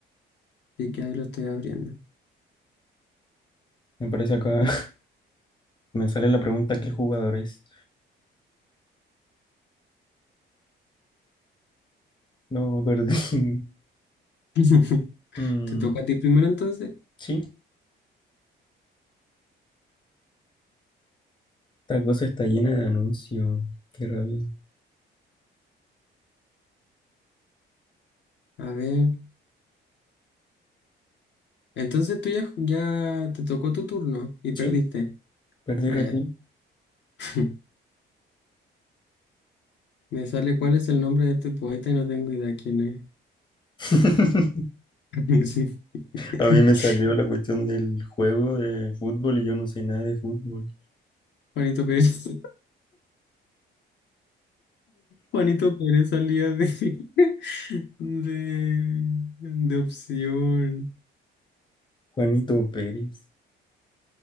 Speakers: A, on the left (about 60°); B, on the left (about 25°).
A: Así que ahí lo estoy abriendo.
B: Me parece acá, <laughs> me sale la pregunta, ¿qué jugador es? No, perdí. <laughs>
A: <laughs>
B: Mm,
A: ¿Te tocó a ti primero entonces?
B: sí, esta cosa está llena de anuncios. Qué rabia.
A: A ver. Entonces tú ya, ya te tocó tu turno y perdiste.
B: Sí. Perdí
A: Ah,
B: recién.
A: ya. <laughs> Me sale cuál es el nombre de este poeta y no tengo idea quién es.
B: <laughs>
A: <laughs> Sí. <laughs>
B: A mí me salió la cuestión del juego de fútbol y yo no sé nada de fútbol.
A: Juanito Pérez. Juanito Pérez salía de, <laughs> de, de opción.
B: Juanito Pérez.